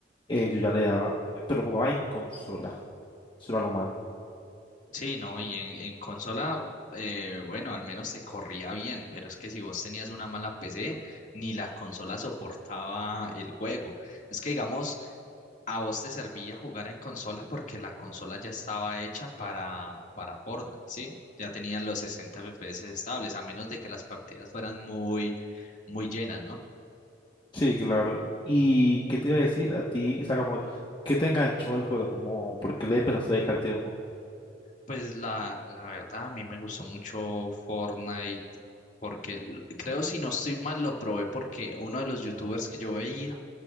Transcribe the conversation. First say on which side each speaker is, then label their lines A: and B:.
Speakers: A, on the left; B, on the left.
A: eh, yo ya le daba, pero jugaba en consola. Eso era lo malo.
B: Sí, no, y en, en consola, eh, bueno, al menos te corría bien, pero es que si vos tenías una mala PC, ni la consola soportaba el juego. Es que, digamos, a vos te servía jugar en consola porque la consola ya estaba hecha para, para Fortnite, ¿sí? Ya tenían los 60 FPS estables, a menos de que las partidas fueran muy, muy llenas, ¿no?
A: Sí, claro. ¿Y qué te iba a decir a ti? O sea, como, ¿qué te enganchó el juego? Como, ¿por qué le empezaste a dedicar tiempo?
B: Pues la, la verdad, a mí me gustó mucho Fortnite, porque l- creo, si no estoy mal, lo probé porque uno de los youtubers que yo veía